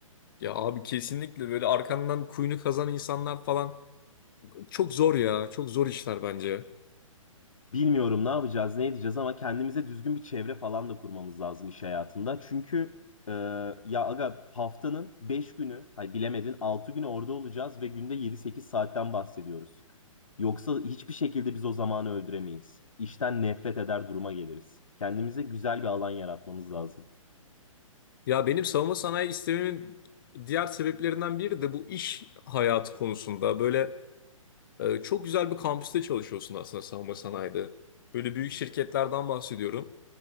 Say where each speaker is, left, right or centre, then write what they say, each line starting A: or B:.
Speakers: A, on the left; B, on the left.
A: Ya abi kesinlikle böyle arkandan kuyunu kazan insanlar falan çok zor ya. Çok zor işler bence.
B: Bilmiyorum ne yapacağız, ne edeceğiz ama kendimize düzgün bir çevre falan da kurmamız lazım iş hayatında. Çünkü e, ya aga haftanın 5 günü, ay bilemedin 6 günü orada olacağız ve günde yedi sekiz saatten bahsediyoruz. Yoksa hiçbir şekilde biz o zamanı öldüremeyiz. İşten nefret eder duruma geliriz. Kendimize güzel bir alan yaratmamız lazım.
A: Ya benim savunma sanayi istememin diğer sebeplerinden biri de bu iş hayatı konusunda. Böyle e, çok güzel bir kampüste çalışıyorsun aslında savunma sanayide. Böyle büyük şirketlerden bahsediyorum.